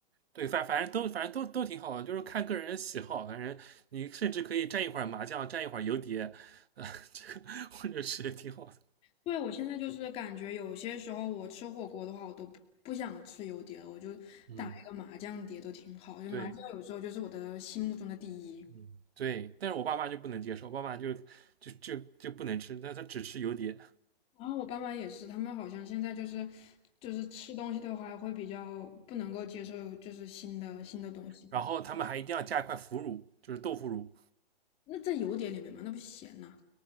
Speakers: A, on the right (about 80°); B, on the left (about 20°).
A: 对，反反正都反正都都挺好的，就是看个人的喜好。反正你甚至可以蘸一会儿麻酱，蘸一会儿游碟，呃，这个或者是也挺好的。
B: 对，我现在就是感觉有些时候我吃火锅的话，我都不想吃油碟了，我就打一个麻酱碟都挺好。
A: 嗯，
B: 就麻酱有时候就是我的心目中的第一。
A: 对，嗯对。但是我爸妈就不能接受，我爸妈就就就就不能吃，但他只吃油碟，
B: 然后我爸妈也是，他们好像现在就是就是吃东西的话会比较不能够接受，就是新的新的东西。
A: 然后他们还一定要加一块腐乳，就是豆腐乳。
B: 那在油碟里面嘛，那不咸呐。